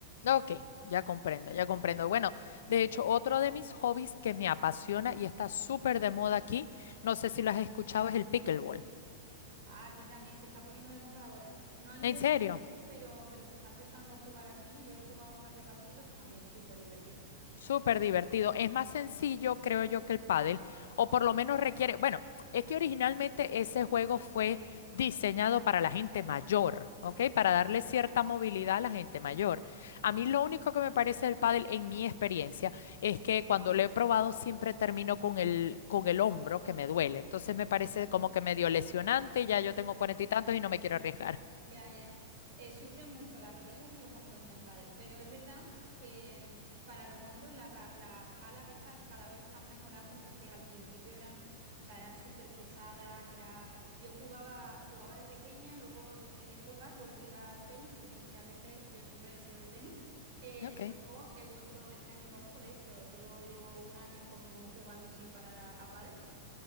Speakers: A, on the left; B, on the right.
A: ok, ya comprendo, ya comprendo. Bueno, de hecho, otro de mis hobbies que me apasiona y está súper de moda aquí, no sé si lo has escuchado, es el pickleball.
B: Ah, aquí también se está poniendo de moda ahora, no al nivel
A: En serio,
B: del tenis, pero, pero se está empezando a jugar aquí. Yo he jugado un par de partidos, también súper divertido.
A: súper divertido. Es más sencillo, creo yo, que el pádel, o por lo menos requiere, bueno, es que originalmente ese juego fue diseñado para la gente mayor, ¿ok? Para darle cierta movilidad a la gente mayor. A mí lo único que me parece del pádel, en mi experiencia, es que cuando lo he probado siempre termino con el, con el hombro que me duele. Entonces me parece como que medio lesionante, ya yo tengo cuarenta y tantos y no me quiero arriesgar.
B: Ya, ya, ya. Eh, sufren mucho las rodillas y los hombros en el pádel, pero es verdad que mm, para los hombros la ra- las palas estas cada vez están mejorando porque al principio eran, o sea, eran súper pesadas, era... Yo jugaba, jugaba de pequeña, luego dejé de jugar, volví al tenis porque inicialmente yo siempre he sido de tenis, eh,
A: Ok,
B: pero luego he vuelto este año pasado, de hecho, solo llevo un año como jugando sin parar a, a pádel